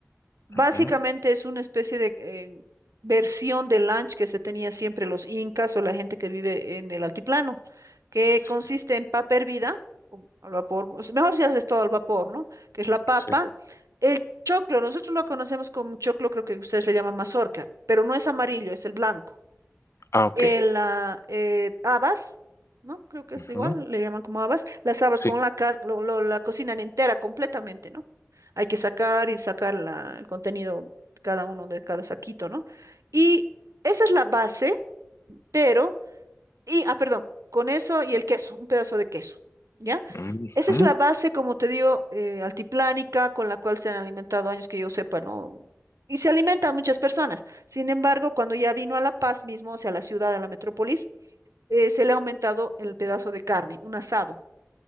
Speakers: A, on the right; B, on the left.
A: Básicamente
B: ujú,
A: es una especie de eh, versión del lunch que se tenía siempre los incas o la gente que vive en el altiplano, que
B: sí,
A: consiste en papa hervida, o al vapor, o sea, mejor si haces todo al vapor, ¿no? Que es la papa.
B: sí.
A: El choclo, nosotros lo conocemos como choclo, creo que ustedes le llaman mazorca, pero no es amarillo, es el blanco
B: Ah, okey,
A: el, ah, eh, habas, ¿no? Creo que es
B: ujú,
A: igual, le llaman como habas. Las habas
B: sí,
A: con la, cas- lo- lo- la cocinan entera completamente, ¿no? Hay que sacar y sacar la- el contenido de cada uno de cada saquito, ¿no? Y esa es la base, pero, y, ah, perdón, con eso y el queso, un pedazo de queso, ¿ya?
B: ujú.
A: Esa es la base, como te digo, eh, altiplánica, con la cual se han alimentado años que yo sepa, ¿no? Y se alimentan muchas personas. Sin embargo, cuando ya vino a La Paz mismo, o sea, a la ciudad, a la metrópolis, eh, se le ha aumentado el pedazo de carne, un asado.